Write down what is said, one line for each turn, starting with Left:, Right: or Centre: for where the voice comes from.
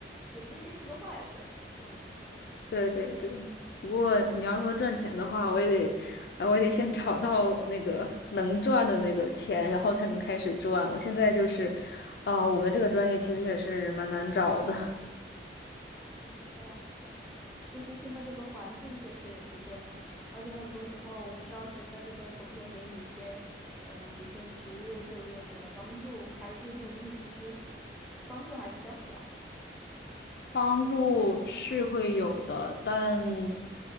Centre: 也不一定是个坏事儿。嗯
Left: 对对对，不过你要说赚钱的话，我也得，呃我也得先找到那个能赚的那个钱，然后才能开始赚。我现在就是，啊、我们这个专业其实也是蛮难找的。
Centre: 嗯，对，就是现在这个环境确实也是这样，而且很多时候我不知道学校这边可不可以给你一些，嗯、比如说职业就业的帮助，还是说这种东西其实帮助还比较小。
Left: 帮助是会有的，但